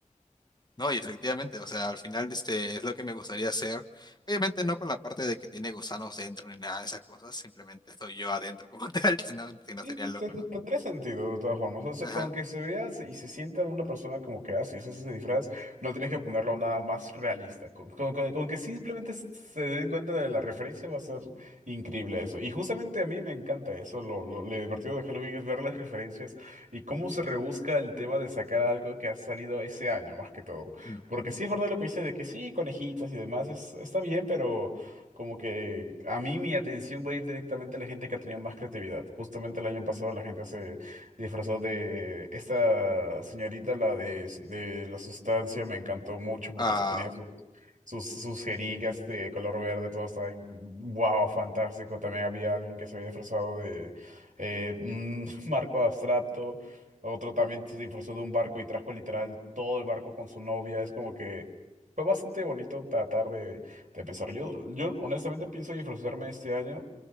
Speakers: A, on the left (about 30°); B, on the right (about 70°).
A: No, y efectivamente, o sea, al final este es lo que me gustaría hacer. Obviamente no con la parte de que tiene gusanos dentro ni nada de esas cosas, simplemente estoy yo adentro como <laughs> tal, si no, si no
B: Sí,
A: sería loco,
B: ten- ten-
A: ¿no?
B: tendría sentido de todas formas. O sea,
A: Ajá.
B: con que se vea se- y se sienta una persona como que, ah, sí, ese es ese disfraz, no tienes que ponerlo nada más realista. Con, con- con- con que simplemente se den cuenta de la referencia va a ser increíble eso. Y justamente a mí me encanta eso. Lo, lo, lo divertido de Halloween es ver las referencias y cómo se rebusca el tema de sacar algo que ha salido ese año, más que todo.
A: Ujú.
B: Porque sí es verdad lo que dices de que sí, conejitas y demás, es, está bien, pero... Como que a mí mi atención va a ir directamente a la gente que ha tenido más creatividad. Justamente el año pasado la gente se disfrazó de esta señorita, la de, de la sustancia, me encantó mucho porque
A: Ah,
B: hasta tenía su- sus, sus jeringas de color verde, todo estaba en- wow, fantástico. También había alguien que se había disfrazado de eh, un <laughs> marco abstracto. Otro también se disfrazó de un barco y trajo literal todo el barco con su novia. Es como que fue bastante bonito tratar de de pensar. Yo, yo honestamente pienso disfrazarme este año